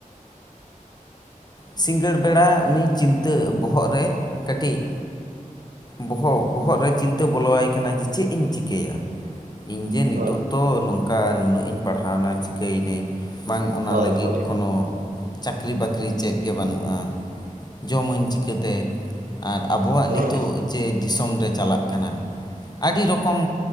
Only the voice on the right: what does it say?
ᱦᱳᱭ
ᱦᱳᱭ
ᱦᱳᱭ ᱦᱳᱭ
ᱦᱳᱭ